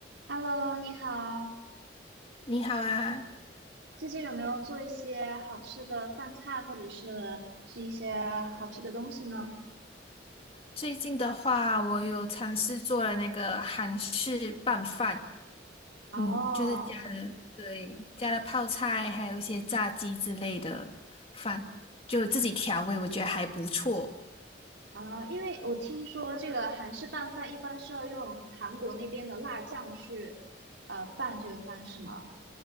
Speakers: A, on the right; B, on the left.
A: Hello，你好，
B: 你好啊，
A: 最近有没有做一些好吃的饭菜，或者是是一些好吃的东西呢？
B: 最近的话，我有尝试做了那个韩式拌饭，
A: 哦，
B: 嗯，就是加了，对，加了泡菜，还有一些炸鸡之类的饭，就自己调味，我觉得还不错。
A: 啊，因为我听说这个韩式拌饭一般是要用韩国那边的辣酱去呃拌这个饭，是吗？